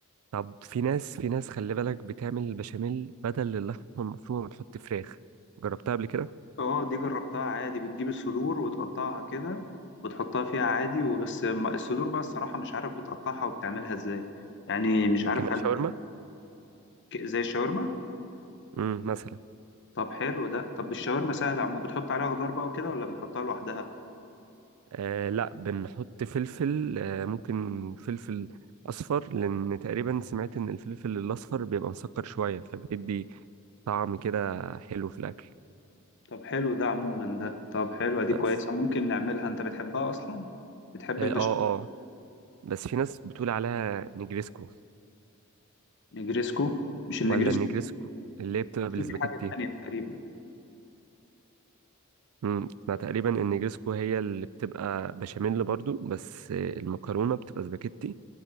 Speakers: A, on the right (about 80°); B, on the left (about 55°).
A: طب في ناس في ناس خلي بالك بتعمل البشاميل بدل اللحمه المفرومه بتحط فراخ جربتها قبل كده
B: اه دي جربتها عادي بتجيب الصدور وتقطعها كده وتحطها فيها عادي وبس ما- الصدور بقى الصراحه مش عارف بتقطعها وبتعملها ازاي يعني مش عارف
A: لكنها
B: هل
A: شاورما
B: ك- زي الشاورما
A: امم مثلا
B: طب حلو ده طب الشاورما سهله عمو بتحط عليها خضار بقى وكده ولا بتحطها لوحدها
A: آه لا بنحط فلفل آه ممكن فلفل أصفر لأن تقريبا سمعت إن الفلفل الأصفر بيبقى مسكر شوية فبيدي طعم كده حلو في الأكل
B: طب حلو ده عموما ده طب حلوه دي
A: بس
B: كويسه ممكن نعملها انت بتحبها اصلا بتحب
A: آه
B: البشاميل
A: آه آه. بس في ناس بتقول عليها نجريسكو
B: نجريسكو مش النجريسكو
A: ولا النجريسكو اللي هي بتبقى
B: في
A: بالسباجيتي
B: حاجة تانية تقريبا
A: امم أنا تقريبا النجريسكو هي اللي بتبقى بشاميل برضو بس آه، المكرونة بتبقى سباجيتي